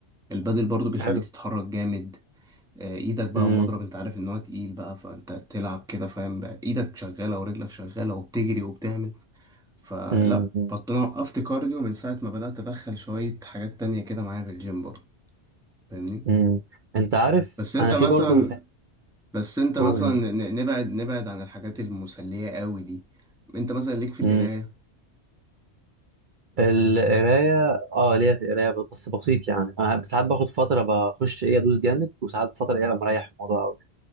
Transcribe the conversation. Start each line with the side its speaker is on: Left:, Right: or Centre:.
Centre: البدل برضه بيخليك
Right: حلو
Centre: تتحرك جامد آه، ايدك بقى
Right: امم
Centre: المضرب انت عارف ان هو تقيل بقى فانت تلعب كده فاهم بقى ايدك شغاله ورجلك شغاله وبتجري وبتعمل فلا
Right: امم
Centre: بط- انا وقفت كارديو من ساعه ما بدات ادخل شويه حاجات تانية كده معايا في الجيم برضه فاهمني
Right: امم انت عارف
Centre: بس انت
Right: انا
Centre: مثلا
Right: في برضو
Centre: بس انت
Right: قول
Centre: مثلا ن- نبعد نبعد عن الحاجات المسلية قوي دي انت مثلا ليك في
Right: امم
Centre: القراية
Right: القرايه اه ليا في القرايه بس بسيط يعني انا ساعات باخد فتره بخش ايه ادوس جامد وساعات فتره ايه ابقى مريح الموضوع قوي